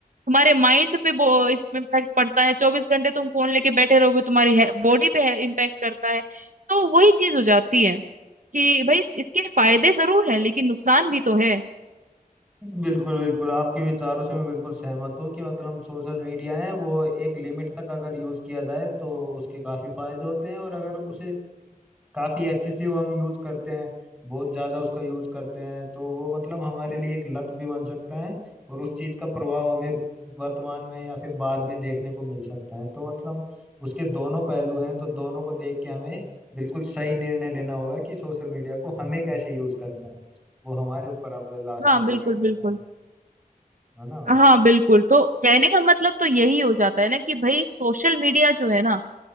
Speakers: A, on the right; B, in the centre.
A: तुम्हारे माइंड पे इम्पैक्ट पड़ता है चौबीस घंटे तुम फोन लेके बैठे रहोगे तुम्हारी बॉडी पे इम्पैक्ट करता है तो वही चीज हो जाती है कि भाई इसके फायदे जरूर हैं लेकिन नुकसान भी तो है
B: बिल्कुल बिल्कुल आपके विचारों से मैं बिल्कुल सहमत हूँ कि मतलब सोशल मीडिया है वो एक लिमिट तक अगर यूज किया जाए तो उसके काफी फायदे होते हैं और अगर उसे काफी एक्सेसिव हम यूज करते हैं बहुत ज्यादा उसका यूज करते हैं तो वो मतलब हमारे लिए एक लत भी बन सकता है और उस चीज का प्रभाव हमें वर्तमान में या फिर बाद में देखने को मिल सकता है तो मतलब उसके दोनों पहलू हैं तो दोनों को देख के हमें बिल्कुल सही निर्णय लेना होगा कि सोशल मीडिया को हमें कैसे यूज करना है वो हमारे ऊपर अब लास्ट
A: हाँ
B: में डिपेंड
A: बिल्कुल
B: करता
A: बिल्कुल
B: है है ना
A: हाँ बिल्कुल तो कहने का मतलब तो यही हो जाता है ना कि भाई सोशल मीडिया जो है ना